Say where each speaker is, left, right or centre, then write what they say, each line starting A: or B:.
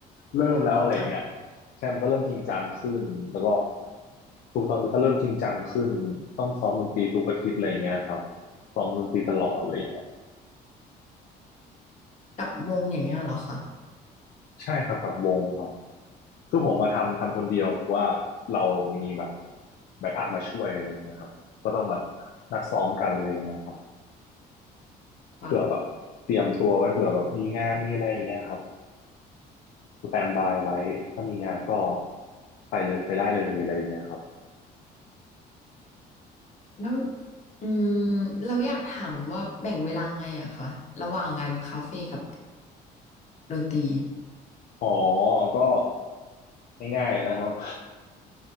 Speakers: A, on the left; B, on the left.
A: เริ่มแล้วอะไรอย่างเงี้ย
B: ำเรื่องจริงจัง
A: ใช่มันก็เริ่มจริงจังขึ้นแล้วก็ทุกตอนนี้ก็เริ่มจริงจังขึ้นต้องซ้อมดนตรีทุกอาทิตย์อะไรอย่างเงี้ยครับซ้อมดนตรีตลอดอะไรอย่างเงี้ย
B: กับวงอย่างเงี้ยเหรอคะ
A: ใช่ครับกับวงครับคือผมมาทำทำคนเดียวแต่ว่าเรามีแบบแบ็กอัพมาช่วยอะไรอย่างเงี้ยครับก็ต้องแบบนัดซ้อมกันอะไรอย่างเงี้ยครับ
B: ว่า
A: เผื่อแบบเตรียมตัวไว้เผื่อแบบมีงานมีอะไรอย่างเงี้ยครับสแตนบายไว้ถ้ามีงานก็ไปเลยไปได้เลยอะไรอย่างเงี้ยครับ
B: แล้วอืมเราอยากถามว่าแบ่งเวลาไงอะคะระหว่างงานคาเฟ่กับดนตรี
A: อ๋อก็ง่ายๆเลยนะครับ